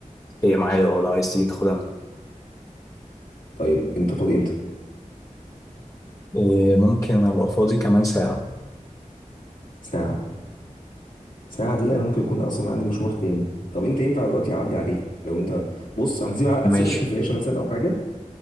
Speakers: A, on the left; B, on the left.
A: هي معايا اه لو عايز تيجي تاخدها مني
B: طيب انت فاضي امتى
A: إيه، ممكن ابقى فاضي كمان ساعه
B: ساعه ساعه دي انا ممكن يكون اصلا عندي مشوار تاني طب انت ينفع دلوقتي اعدي عليك لو انت بص هسيب هسيب
A: ماشي
B: لك الفلاشه مثلا او حاجه